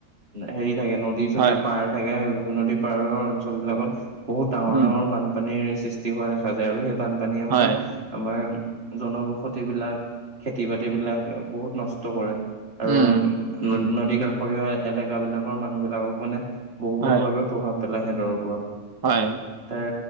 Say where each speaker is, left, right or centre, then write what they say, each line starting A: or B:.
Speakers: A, on the right; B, on the right.
A: হেৰি থাকে নদী চদী
B: হয়,
A: পাহাৰ থাকে নদী পাৰৰ অঞ্চল বিলাকত বহুত ডাঙৰ
B: উম
A: ডাঙৰ বানপানীৰ সৃষ্টি হোৱা দেখা যায় আৰু সেই বানপানীয়ে মানে
B: হয়,
A: আমাৰ জনবসতি বিলাক, খেতি-বাতি বিলাক বহুত নষ্ট কৰে। আৰু
B: উম,
A: উ নদী কাষৰীয়া এলেকা বিলাকৰ মানুহ বিলাকক মানে বহুল
B: হয়,
A: ভাৱে প্ৰভাৱ পেলাই সিহঁতৰ ওপৰত
B: হয়
A: তাৰ